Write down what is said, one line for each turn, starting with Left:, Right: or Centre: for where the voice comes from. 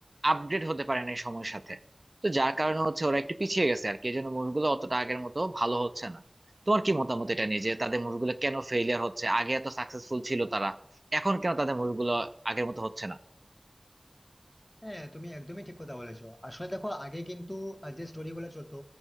Right: আপডেট হতে পারে না এই সময়ের সাথে তো যার কারণে হচ্ছে ওরা একটু পিছিয়ে গেছে আর কি এই জন্য মুভিগুলো অতটা আগের মতো ভালো হচ্ছে না তোমার কি মতামত এটা নিয়ে যে তাদের মুভিগুলো কেন ফেইলিয়ার হচ্ছে আগে এত সাকসেসফুল ছিল তারা এখন কেন তাদের মুভিগুলো আগের মতো হচ্ছে না
Left: হ্যাঁ তুমি একদমই ঠিক কথা বলেছো আসলে দেখো আগে কিন্তু আহ, যে স্টোরি গুলো চলতো